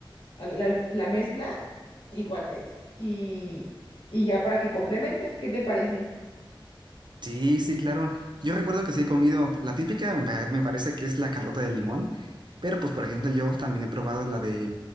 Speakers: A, on the left; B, on the right.
A: al- la, la mezcla, igual me dices. Y, y ya para que complementes, ¿qué te parece?
B: Sí, sí, claro. Yo recuerdo que sí he comido la típica, me pa- me parece que es la carlota de limón, pero pues por ejemplo yo también he probado la de